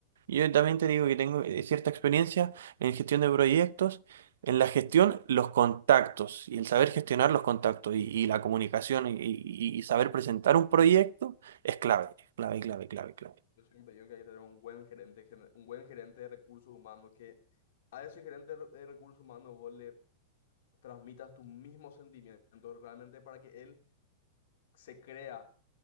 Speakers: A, on the right (about 85°); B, on the left (about 65°).
A: yo también te digo que tengo eh, cierta experiencia en gestión de proyectos. En la gestión, los contactos y el saber gestionar los contactos y, y la comunicación y, y- y saber presentar un proyecto es clave, es clave, clave, clave, clave.
B: yo siempre digo que hay que tener un buen gerente, gen- un buen gerente de recursos humanos, que a ese gerente de re- de recursos humanos vos le transmitas tus mismos sentimientos realmente para que él se crea